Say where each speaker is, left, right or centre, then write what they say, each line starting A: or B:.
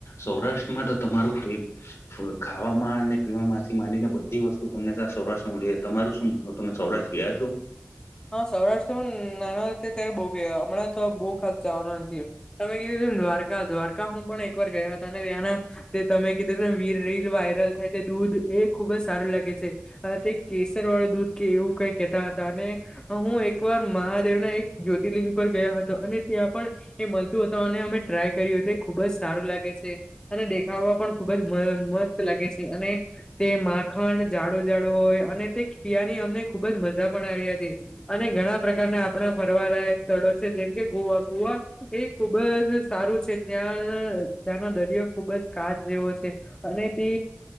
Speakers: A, on the left; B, on the left.
A: સૌરાષ્ટ્રમાં તમારું પ્રેમ ખાવામાં અને પી થી ડી ને બધી વસ્તુ તમને ત્યાં સૌરાષ્રમાં મળી જ તમારું શું માન તમે સૌરાષ્ટ્ર ગયા છો?
B: હા સૌરાષ્ટ્રમાં નાના ત્યારે બહુ ગ હમણાં તો બહુ ખાસ જવાનો નથી. તમે કીધું તેમ દ્વારકા દ્વારકા હું પણ એક વાર ગયો હતો અને ત્યાંના તે તમે કીધું તેમ રીલ વાયરલ થાય તે દૂધ એ ખુબ જ સારું લાગે છે અ તે કેસર વાળું દૂધ કે એવું કઈ કેહેતા હતા અને હું એકવાર મહાદેવના એક જ્યોતિર્લિંગ પર ગયા હતા અને ત્યાં પણ એ મળતું હતાઓને અમે ટ્રાય કર્યું એ ખુબ જ સારું લાગે છે અને દેખાવા પણ ખુબ જ મસ્ત લાગે છે અને તે માખણ જાડુ જાડુ હોય અને તે કિયાની અમને ખુબ જ મજા પણ આવી હતી અને ઘણા પ્રકારને આપણે ફરવા લયક સ્થળો છે જેમ કે ગોવા ગોવા એ ખુબ જ સારું છે ત્યાં ત્યાંનો દરિયો ખુબ જ કાચ જેવો છે અને તે